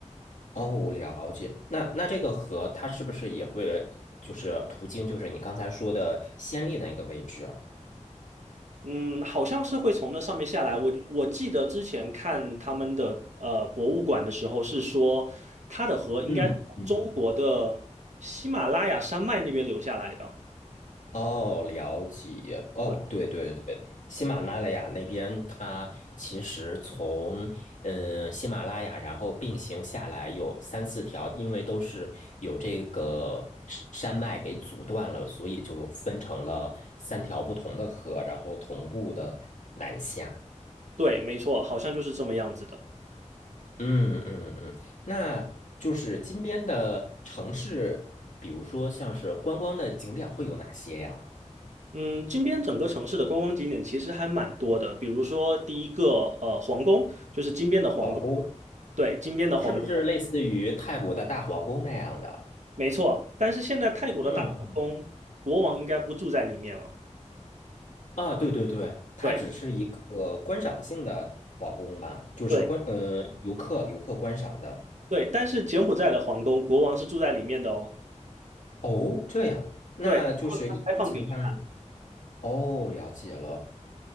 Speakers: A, on the left; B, on the right.
A: 哦，我了解。那那这个河它是不是也会就是途经就是你刚才说的先例那个位置啊
B: 嗯，好像是会从那上面下来。我我记得之前看他们的呃博物馆的时候是说，它的河应该是从中国的喜马拉雅山脉那边流下来的。
A: 嗯嗯，哦，了解。哦，
B: 对，
A: 对对对，喜马拉雅那边它其实从嗯喜马拉雅，然后并行下来有三四条，因为都是有这个山脉给阻断了，所以就分成了三条不同的河，然后同步的南下。
B: 对，没错，好像就是这么样子的。
A: 嗯嗯嗯，那就是金边的城市，比如说像是观光的景点会有哪些呀？
B: 嗯，金边整个城市的观光景点其实还蛮多的，比如说第一个呃皇宫，就是金边的皇宫，
A: 皇宫
B: 对，金边的皇宫，
A: 是不是类似于泰国的大皇宫那样的？
B: 没错。但是现在泰国的大皇宫，
A: 嗯，
B: 国王应该不住在里面了。
A: 啊，对对对，它只是一个观赏性的皇宫吧，
B: 对
A: 就是观呃游客游客观赏的。
B: 对对，但是柬埔寨的皇宫，国王是住在里面的哦。
A: 哦，这样，那就是一般情况。
B: 对，然后他开放给你看，
A: 哦，了解了。